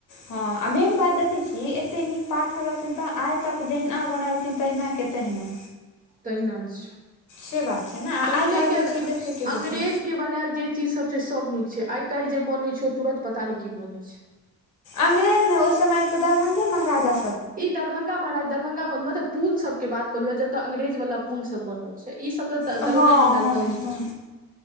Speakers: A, on the left (about 85°); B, on the right (about 30°).
A: हँ आ मेन बात देखै छी एते नीक पाथर रहथिन तऽ आइ तक तऽ जहिना बनलखिन तहिना के तहिना
B: तहिना छै
A: से बात छै ने आ
B: पहिले
A: आइ काल्हिके
B: के
A: चीज देखियौ ठीके
B: अंग्रेज
A: छै
B: के बनायल जे चीज सब छै सब नीक छै आइ काल्हि जे बनै छै ओ तुरंत पता नहि की भऽ जाइ छै
A: अंग्रेज ने ओ समय तऽ दरभंगा महाराजा
B: ई दरभंगा महाराज दरभंगा मऽ मत पूल सब के बात कहलीओ जतऽ अंग्रेज वला पुल सब बनल छै ई सब तऽ
A: हँ
B: दरभंगा महाराज
A: हँ
B: बनेने
A: हँ
B: छथिन